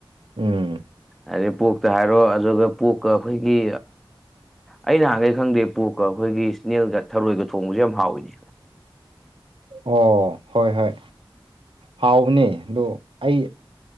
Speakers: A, on the right; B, in the centre.
A: ꯎꯝ
B: ꯍꯥꯏꯗꯤ ꯄꯣꯛꯇ ꯍꯥꯏꯔꯣ ꯑꯗꯨꯒ ꯄꯣꯛꯀ ꯑꯩꯈꯣꯏꯒꯤ ꯑꯩ ꯅꯍꯥꯟꯒꯩ ꯈꯪꯗꯦ ꯄ꯭ꯔꯣꯛꯀ ꯑꯩꯈꯣꯏꯒꯤ ꯏꯁꯅꯦꯜꯒ ꯊꯔꯣꯏꯒ ꯊꯣꯡꯕꯖꯦ ꯌꯥꯝ ꯍꯥꯎꯋꯤꯅꯦ
A: ꯑꯣ ꯍꯣꯏ ꯍꯣꯏ ꯍꯥꯎꯕꯅꯤ ꯑꯗꯨ ꯑꯩ